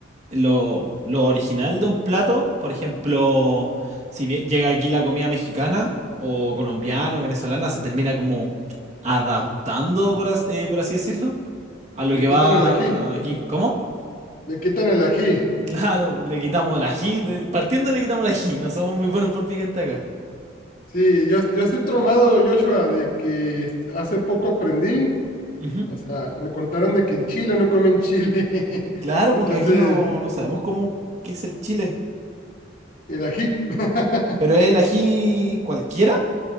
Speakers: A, on the right (about 35°); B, on the left (about 45°).
A: lo, lo original de un plato. Por ejemplo, si bien llega aquí la comida mexicana o colombiana o venezolana, se termina como adaptando, por, as- eh, por así decirlo, a lo
B: Le
A: que
B: quitan
A: va
B: el ají,
A: aquí. ¿Cómo?
B: le quitan el ají.
A: Claro, le quitamos el ají. de- Partiendo le quitamos el ají. No somos muy buenos por picante acá.
B: Sí, yo, yo estoy tromado, Joshua, de que hace poco aprendí,
A: Ujú.
B: o sea, me contaron de que en Chile no comen chile. <laughs>
A: Claro, bueno,
B: Entonces,
A: aquí no, no sabemos cómo qué es el chile.
B: el ají. <laughs>
A: ¿Pero es el ají cualquiera?